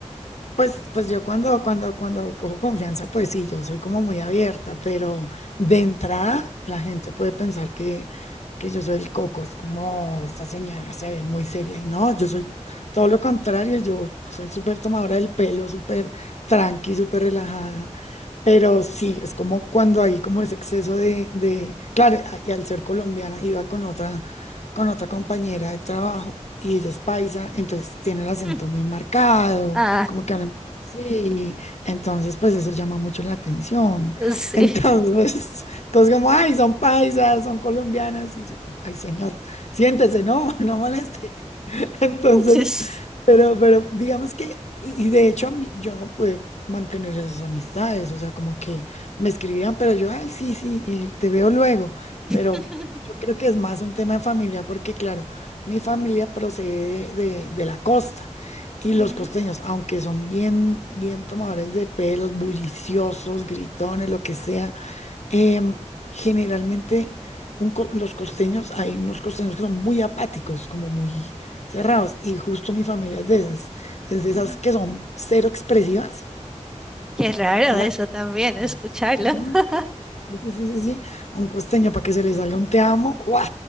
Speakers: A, on the left (about 65°); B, in the centre.
A: Pues, pues yo cuando, cuando, cuando cojo confianza, pues sí, yo soy como muy abierta, pero de entrada la gente puede pensar que, que yo soy el coco, es como esta señora se ve muy seria y no, yo soy todo lo contrario, yo soy súper tomadora del pelo, súper tranqui, súper relajada, pero sí, es como cuando hay como ese exceso de, de, claro, y al ser colombiana iba con otra con otra compañera de trabajo y ella es paisa, entonces tiene el acento
B: <laughs>
A: muy marcado,
B: Ah,
A: como que hablan sí, entonces pues eso llama mucho la atención.
B: <laughs>
A: <laughs>
B: sí,
A: Entonces, entonces como, ay, son paisas, son colombianas, y yo como, ay, señor, siéntese, no, <laughs> no moleste. <laughs> Entonces,
B: <laughs> sí.
A: pero, pero digamos que, y, y de hecho a mí, yo no pude mantener esas amistades, o sea, como que me escribían, pero yo, ay, sí, sí, eh, te veo luego, pero
B: <laughs>
A: yo creo que es más un tema de familia, porque claro, mi familia procede de, de- de la costa y
B: Ujú,
A: los costeños, aunque son bien, bien tomadores de pelos, bulliciosos, gritones, lo que sea Em, generalmente un co- los costeños, hay unos costeños que son muy apáticos, como muy cerrados, y justo mi familia es de esas, es de
B: ujú.
A: esas que son cero expresivas,
B: Qué raro
A: o sea,
B: eso también,
A: Sí.
B: escucharlo.
A: ujú,
B: <laughs>
A: sí, sí, sí, sí, sí, un costeño para que se le salga un te amo, ¡guau!